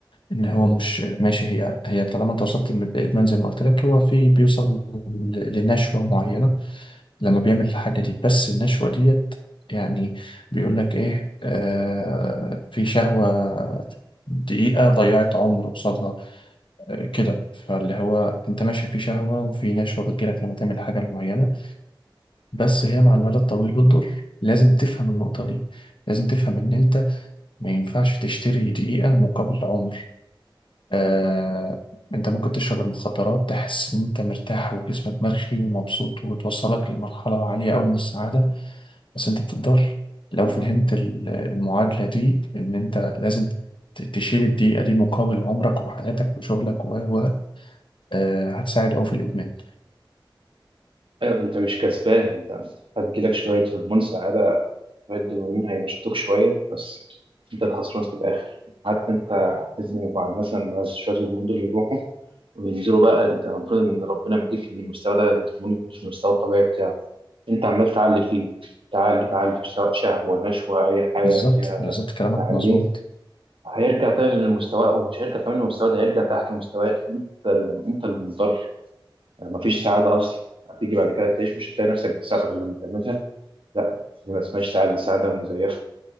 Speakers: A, on the left; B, on the right.
A: ان هو مش ماشي هي هي طالما انت وصلت للادمان زي ما قلت لك هو في بيوصل ل- لنشوه معينه لما بيعمل الحاجة دي بس النشوة ديت يعني بيقول لك إيه آه في شهوة دقيقة ضيعت عمر قصادها آه كده فاللي هو أنت ماشي في شهوة وفي نشوة بتجيلك لما تعمل حاجة معينة بس هي مع المدى الطويل بتضر لازم تفهم النقطة دي لازم تفهم إن أنت ما ينفعش تشتري دقيقة مقابل عمر آه أنت ممكن تشرب المخدرات تحس إن أنت مرتاح وجسمك مرخي ومبسوط وتوصلك لمرحلة عالية أوي من السعادة بس انت بتقدر لو فهمت ال- المعادلة دي ان انت لازم ت- تشيل الدقيقة دي مقابل عمرك وحياتك وشغلك و و آه، هتساعد أوي في الإدمان
B: ايوه انت مش كسبان انت هتجيلك شويه هرمون سعاده شوية دوبامين هينشطوك شوية بس أنت الخسران في الآخر حتى أنت لازم بعد مثلا ما شوية الهرمون دول يروحوا وينزلوا بقى أنت المفروض إن ربنا مديك إن المستوى ده الهرمون يكون في المستوى الطبيعي بتاعه أنت عمال تعلي فيه تعلي تعلي سواء شهوة نشوة أي حاجة
A: بالظبط
B: فيها
A: بالظبط كلامك
B: تعليه
A: مظبوط
B: هيرجع تاني لمستواه ومش هيرجع كمان لمستواه ده هيرجع تحت مستواك أنت اللي أنت اللي متضرر يعني مفيش سعادة أصلا هتيجي بعد كده تعيش مش هتلاقي نفسك بتساعدك غير لما تعملها لا دي ما اسمهاش سعادة سعادة مزيفة